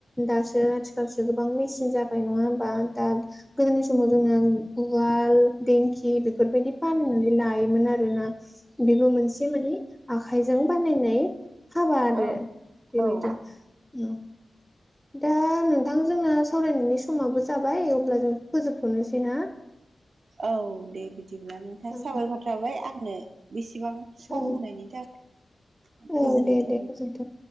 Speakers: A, in the centre; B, on the right.
A: दासो आथिखालसो गोबां मेचिन जाबाय नङा होमबा दा गोदोनि समाव जोंना उवाल देंखि बेफोरबायदि फाहामनानै लायोमोन आरोना बेबो मोनसे मानि आखाइजों बानायनाय हाबा आरो
B: औ
A: बेबायदि
B: औ
A: उम। दा नोंथांजोंना सावरायनायनि समाबो जाबाय अब्ला जों फोजोबथ'नोसै ना।
B: औ दे बिदिब्ला नोंथां
A: औ
B: साबायखर थाबाय आंनो बेसेबां सम
A: औ
B: होनायनि थाखाय।
A: औ
B: गोजोननाय
A: दे
B: थाबाय।
A: दे गोजोनथों।